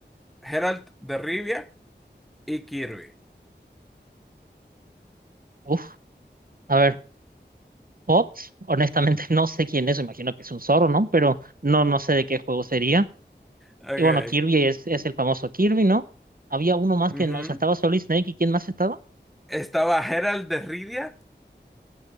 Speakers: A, in the centre; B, on the right (about 50°).
A: Geralt de Rivia y Kirby.
B: Uf, a ver, Pop, honestamente <laughs> no sé quién es, imagino que es un zorro, ¿no? Pero no, no sé de qué juego sería.
A: Ok.
B: Y bueno, Kirby es, es el famoso Kirby, ¿no? Había uno más
A: ujú.
B: que no, o sea, estaba Solid Snake y ¿quién más estaba?
A: Estaba Geralt de Rivia